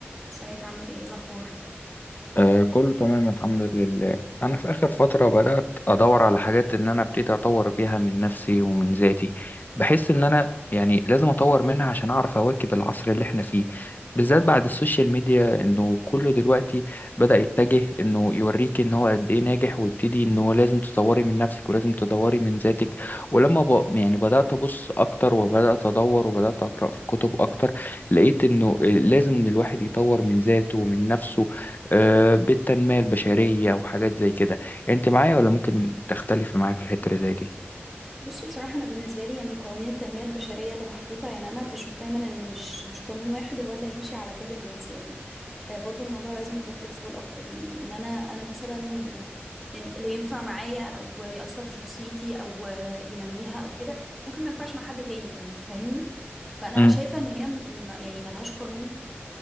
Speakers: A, in the centre; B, on the left (about 45°).
A: ازيك عامل ايه الاخبار
B: آه كله تمام الحمد لله انا في اخر فتره بدات ادور على حاجات ان انا ابتدي اطور بيها من نفسي ومن ذاتي بحس ان انا يعني لازم اطور منها عشان اعرف اواكب العصر اللي احنا فيه بالذات بعد السوشيال ميديا انه كله دلوقتي بدا يتجه انه يوريك ان هو قد ايه ناجح ويبتدي انه لازم تطوري من نفسك ولازم تدوري من ذاتك ولما ب... يعني بدات ابص اكتر وبدات ادور وبدات اقرا في كتب اكتر لقيت انه آه، لازم إن الواحد يطور من ذاته ومن نفسه آه، بالتنمية البشرية وحاجات زي كده انت معايا ولا ممكن تختلف معايا في الحتة اللي زي دي
A: بص بصراحة أنا بالنسبة لي يعني قوانين التنمية البشرية اللي محطوطة يعني أنا بشوف دايما إن مش مش قانون واحد هو اللي هيمشي على كل الناس يعني آه، برضو الموضوع لازم يبقى فليكسيبل أكتر يعني إن أنا أنا مثلا آه، يعني اللي ينفع معايا أو يأثر في شخصيتي أو آه، ينميها أو كده ممكن ما ينفعش مع حد تاني يعني فاهمني فأنا
B: امم
A: شايفة إن هي م- يعني ملهاش قانون